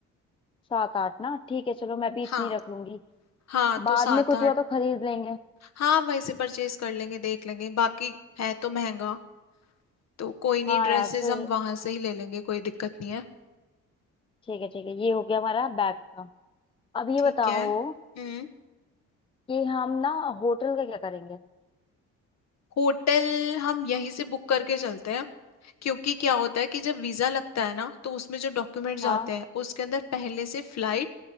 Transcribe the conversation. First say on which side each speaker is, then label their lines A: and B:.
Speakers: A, on the left (about 15°); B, on the left (about 60°).
A: सात आठ ना ठीक है चलो मैं भी इतनी
B: हाँ
A: रख लूंगी
B: हाँ तो
A: बाद
B: सात
A: में कुछ
B: आठ
A: हुआ तो खरीद लेंगे
B: हाँ वहीं से परचेज कर लेंगे देख लेंगे बाकी है तो महंगा तो कोई नहीं
A: हाँ
B: ड्रेसेस
A: यार फिर
B: हम वहां से ही ले लेंगे कोई दिक्कत नहीं है
A: ठीक है ठीक है ये हो गया हमारा बैग का अब ये
B: ठीक
A: बताओ
B: है हम्म
A: कि हम ना होटल का क्या करेंगे
B: होटल हम यहीं से बुक करके चलते हैं क्योंकि क्या होता है कि जब वीजा लगता है ना तो उसमें जो डॉक्यूमेंट्स
A: हाँ
B: आते हैं उसके अंदर पहले से फ्लाइट